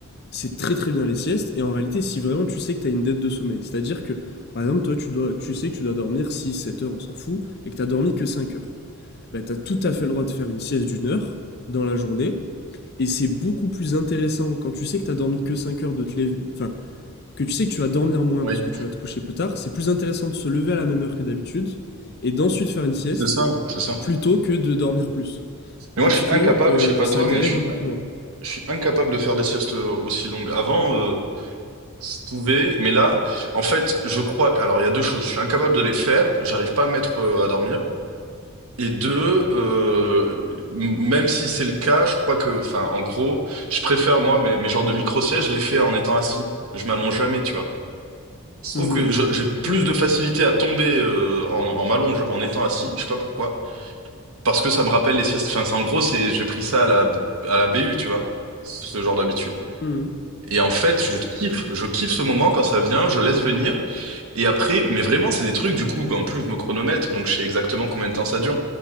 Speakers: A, on the left; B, on the right.
A: c'est très très bien les siestes. Et en réalité, si vraiment tu sais que tu as une dette de sommeil, c'est-à-dire que par exemple, toi, tu dois, tu sais que tu dois dormir six sept heures, on s'en fout, et que tu as dormi que 5 heures. Bah, tu as tout à fait le droit de faire une sieste d'une heure dans la journée Et c'est beaucoup plus intéressant quand tu sais que t'as dormi que 5 heures de te lever, enfin, que tu sais que tu vas dormir moins
B: Oui,
A: parce que tu vas te coucher plus tard, c'est plus intéressant de se lever à la même heure que d'habitude et d'ensuite faire une sieste
B: c'est ça, c'est ça.
A: plutôt que de dormir plus.
B: Mais
A: Parce
B: moi, je suis
A: que
B: incapable,
A: euh,
B: je sais pas
A: ça
B: toi,
A: dérègle
B: mais je suis
A: beaucoup moins.
B: Je suis incapable de faire des siestes euh, aussi longues. Avant, euh, je pouvais, mais là, en fait, je crois que... Alors, il y a deux choses. Je suis incapable de les faire, j'arrive pas à me mettre euh, à dormir. Et deux, euh, m- même si c'est le cas, je crois que, enfin, en gros, je préfère, moi, mes, mes genres de micro-sièges, je les fais en étant assis. Je m'allonge jamais, tu vois. Je trouve
A: Mhm.
B: que je- j'ai plus
A: Oui.
B: de facilité à tomber euh, en, en m'allonge en étant assis, je sais pas pourquoi. Parce que ça me rappelle les siestes. Enfin, c'est- en gros, c'est, j'ai pris ça à la, à la BU, tu vois, ce genre d'habitude.
A: Mhm.
B: Et en fait, je kiffe, je kiffe ce moment quand ça vient, je laisse venir. Et après, mais vraiment, c'est des trucs du coup, en plus, je me chronomètre, donc je sais exactement combien de temps ça dure.